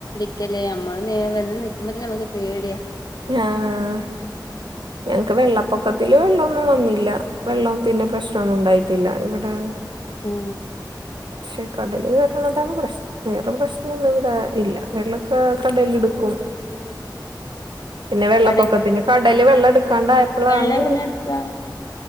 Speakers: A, on the left; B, on the right.
A: ക്കെല്ലേ നമ്മള് വന്ന് നിക്കുമ്പോ തന്നേ നമുക്ക് പേടിയാ
B: ആഹ് ഞങ്ങക്ക് വെള്ളപ്പൊക്കത്തില് വെള്ളം ഒന്നും വന്നില്ല വെള്ളത്തിന്റെ പ്രശ്നോന്നും ഉണ്ടായിട്ടില്ല ഇവിടെ.
A: ഉം
B: പക്ഷെ കടല് കേറുന്നതാണ് പ്രശ്നം. വേറെ പ്രശ്നോന്നും ഇവിടെ ഇല്ല വെള്ളൊക്കെ കടലെടുക്കും. പിന്നെ വെള്ളപ്പൊക്കത്തിന്
A: കടൽ
B: കടല് വെള്ളെടുക്കാണ്ടായപ്പളാണ്
A: വെള്ളം എവിടുന്നാ എടുക്കാ?